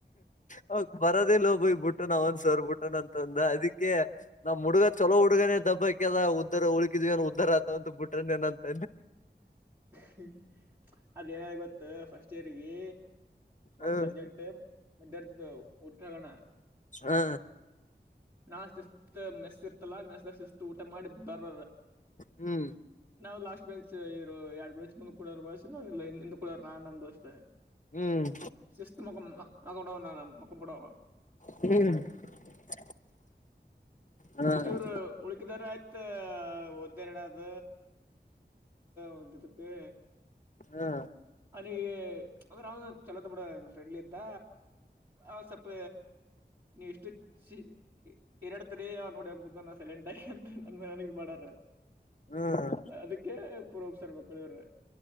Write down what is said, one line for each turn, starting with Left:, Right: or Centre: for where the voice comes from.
Left: ಅವ ಬರದೇ ಲೋಬಯಬುಟ್ಟು ನ ಅವ ಒಂದ ಸರ್ಬುಟ್ಟನ ಅಂತಂದ ಅದಿಕ್ಕೆ ನಮ್ಮ್ ಹುಗ ಚಲೋುಗನೇ ದಬ್ಬಾಕದ ಉದ್ದರ ಉಳಕಿದ್ ಏನ ಉದ್ದರ ಆತಂತ ಬ ಬಿಟ್ರನ ಏನಂತ
Right: ಹ್ಮ ಅದ ಏನ ಗೊತ್ತು ಫಸ್ಟ್ ಇಯರ್ಗಿ
Left: ಹ್ಮ್
Right: ಒಂದ್ ಸಬ್ಜೆಕ್ಟ್ ಮರ್ತ ಉಠಗಣ
Left: ಹಾ
Right: ನಾ ಸಿಸ ಮಸ ನೆಸ್ ಶಿಸ್ತು ಊಟ ಮಾಡಿ ಬರ್ರ
Left: ಹ್ಮ್
Right: ನಾವು ಲಾಸ್ಟ್ ಮಚ್ ಇರು ಎರಡ್ ಮೆಚ್ ಮುಂದ್ ಕುಡೋರ್ ಬಳಸ ನವುಿಂದ ಕೂಡೋ ನಮ ದೋಸ್ತ್
Left: ಹ್ಮ್
Right: ಸಸ್ತ ಮುಖ ಅಡ ನ ಮುಖ ಪಡ
Left: ಹ್ಮ್ ಹ್ಮ್
Right: ಇವರು ಉಳಕಿದಾರ ಆಯ್ತ ಓದ್ದೇ ಎಡಾದಡಾದ ಒಕ್ಕೆ
Left: ಹಾ
Right: ಅಂದ್ರೆ ಅವನು ಚಲೋದ ಬಿಡ ಹೆಂಗ ಫ್ರೆಂಡ್ಲಿ ಇದ್ದ ಅವ ಸಪ್ಪ ನೀಷ್ಟ ಚ ಎರಡ್ತರಿೀ ನೋಡಿ ಹಂಗ ಸೈಲೆಂಟ್ ಆಯಿ ಅಂತ ನನ್ ಮನಾನ ಮಾಡ್ರ
Left: ಹ್ಮ್ ಹ್ಮ್
Right: ಅದಕ್ಕೆ ಪುರಸರ್ ಮಕ್ಕಳ ಇವ್ರ